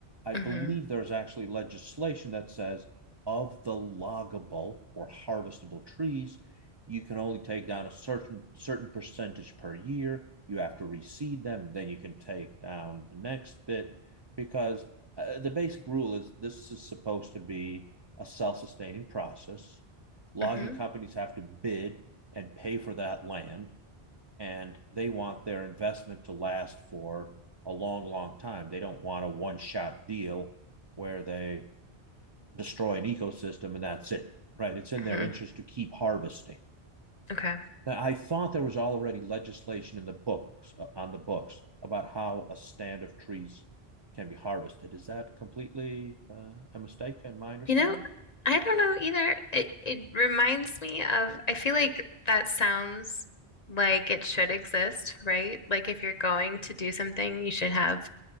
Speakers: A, on the right; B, on the left.
A: I
B: hmm
A: believe there's actually legislation that says of the loggable or harvestable trees, you can only take down a certain certain percentage per year. You have to reseed them, then you can take down the next bit because uh, the basic rule is this is supposed to be a self-sustaining process. Logging
B: hmm
A: companies have to bid and pay for that land and they want their investment to last for a long, long time. They don't want a one shot deal where they destroy an ecosystem and that's it, right? It's in
B: hmm
A: their interest to keep harvesting.
B: Okay.
A: Now, I thought there was already legislation in the books uh, on the books about how a stand of trees can be harvested. Is that completely uh, a mistake in my understanding?
B: You know, I don't know either. It it reminds me of, I feel like that sounds like it should exist, right? Like if you're going to do something, you should have